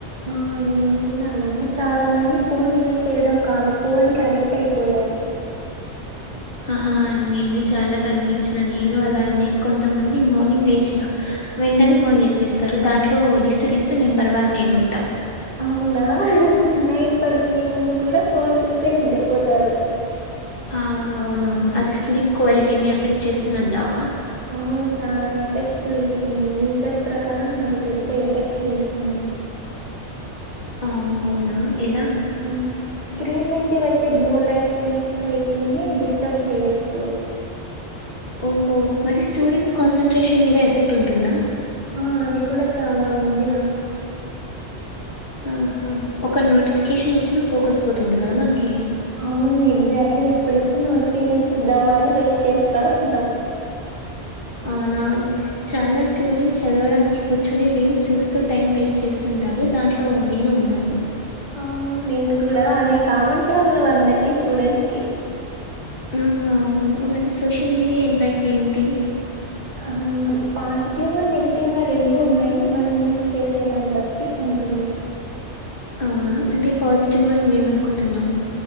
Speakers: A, on the right; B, on the left.
A: ఆ నేను కూడా అలానే, చాలా మంది ఫోన్ యూజ్ చేయడం కాదు ఫోన్ కి అడిక్ట్ అయిపోయారు. అ
B: హా హా అ <unintelligible> నేను చాలా గమనించిన, నేను అలానే కొంతమంది మార్నింగ్ లేచిన. వెంటనే
A: హ్మ్.
B: ఫోన్ చెక్ చేస్తారు దాంట్లో లిస్ట్ తీస్తే నెంబర్ వన్ నేను ఉంటా.
A: అవునా నైట్ పడుకునే ముందు కూడా ఫోన్ చూసే నిద్రపోతారు.
B: హా ఆ ఆ అవునవును అది స్లీప్ క్వాలిటీని ఎఫెక్ట్ చేస్తుందంటావా?
A: అవు చానా ఎఫెక్ట్ చూయిస్తుంది రీసెర్చ్ ప్రకారం అది పెద్ద ఎఫెక్ట్ చూయిస్తుంది.
B: ఆ అవునా ఎలా?
A: ఉ <unintelligible> స్క్రీన్ నుంచి వచ్చే బ్లూ లైట్ స్లీప్ సైకిల్ని డిస్టర్బ్ చేయొచ్చు.
B: ఓహో మరి స్టూడెంట్స్ కాన్సన్ట్రేషన్ మీద ఎఫెక్ట్టుంటుందా.
A: హ అది కూడా చాలా ఉందిరా
B: ఆహా ఒక నోటిఫికేషన్ వచ్చినా ఫోకస్ పోతుంది కదా మనకి?
A: అవును ఎగ్జాట్ ట్లీ ఎప్పుడెప్పుడు నోటిఫికేషన్ చూద్దామ అని వెయిట్ చేస్తా ఉంటాం.
B: అనవును చాలా స్టూడెంట్స్ చదవడానికి కూర్చొని, రీల్స్ చూస్తూ టైమ్ వేస్ట్ చేస్తుంటా. రు దాంట్లో నేను ఉన్నాలే
A: అవును, నేను కూడా అది కామన్ ప్రాబ్లం అందరికి స్టూడెంట్స్ కి.
B: మ్ అవును మరి సోషల్ మీడియా ఇంపాక్ట్ ఏంటి?
A: ఆ పాజిటివ్ గా, నెగిటివ్ గా రెండు ఉన్నాయి మనం యూజ్ చేసేదాన్ని బట్టి ఉ. ఉంటుంది
B: అవునా అంటే పాజిటివ్
A: హ్మ్.
B: గా నువ్వేమనుకుంటున్నావ్